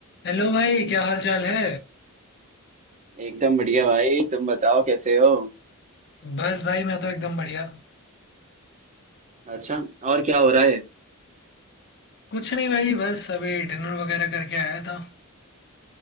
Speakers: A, on the left; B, on the right.
A: Hello भाई क्या हाल चाल है
B: एकदम बढ़िया भाई तुम बताओ कैसे हो
A: बस भाई मैं तो एकदम बढ़िया
B: अच्छा और क्या हो रहा है
A: कुछ नहीं भाई बस अभी डिनर वगैरह करके आया था